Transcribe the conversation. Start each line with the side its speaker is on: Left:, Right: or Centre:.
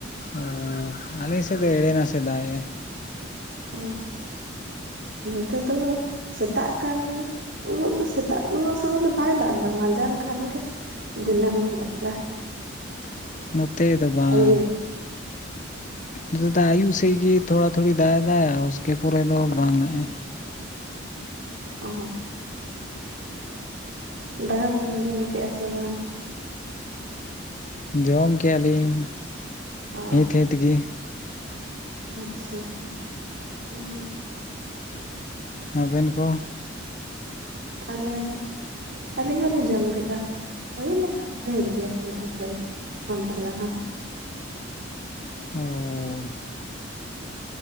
Left: ᱚ ᱟᱞᱮ ᱥᱮᱫ ᱫᱚ ᱮᱲᱮᱱᱟᱥᱮᱫ ᱫᱟᱜ ᱮᱜ-ᱟ
Right: ᱚ
Left: <inaudible>
Right: ᱱᱚᱛᱮ ᱫᱚ ᱥᱮᱛᱟᱜ ᱠᱟᱱ ᱩᱱᱟᱹᱜ ᱫᱚ ᱥᱮᱛᱟᱜ ᱩᱱᱟᱹᱜ ᱥᱚᱢᱚᱭ ᱫᱚ ᱵᱟᱭ ᱫᱟᱜ ᱮᱫᱟ ᱢᱟᱡᱟᱱ ᱠᱷᱟᱱ ᱜᱮ ᱫᱤᱱᱟᱹᱢ ᱫᱟᱜᱫᱟ
Left: <inaudible> ᱱᱚᱛᱮ ᱫᱚ ᱵᱟᱝ
Right: ᱟᱹᱭᱩᱵ
Left: ᱱᱚᱛᱮ ᱫᱚ ᱟᱭᱩ ᱥᱮ ᱛᱤᱜᱮ ᱛᱷᱚᱲᱟ ᱛᱷᱩᱲᱤ ᱫᱟᱜ ᱮ ᱫᱟᱭ ᱩᱥᱠᱮ ᱯᱚᱨᱮ ᱫᱚ ᱵᱟᱝᱟᱼᱮ
Right: ᱚ ᱫᱟᱠᱟ ᱠᱚᱵᱤᱱ ᱡᱚᱢ ᱠᱮᱜᱼᱟ ᱥᱮ ᱵᱟᱝ?
Left: ᱡᱚᱢ ᱠᱮᱫᱼᱟ ᱞᱤᱧ
Right: ᱚ
Left: ᱦᱤᱛᱦᱤᱛ ᱜᱮ᱾
Right: ᱟᱪᱪᱷᱟ ᱟᱪᱪᱷᱟ ᱦᱮᱸ
Left: ᱟᱵᱮᱱ ᱠᱚ
Right: ᱟᱞᱮ ᱟᱹᱞᱤᱧ ᱦᱚᱸᱞᱤᱧ ᱡᱚᱢ ᱠᱮᱫᱟ᱾ ᱦᱩᱭᱳᱱᱟ ᱰᱷᱮᱨ ᱜᱮ ᱵᱟᱨ ᱯᱮ ᱜᱷᱳᱱᱴᱟ ᱞᱟᱦᱟ
Left: ᱚ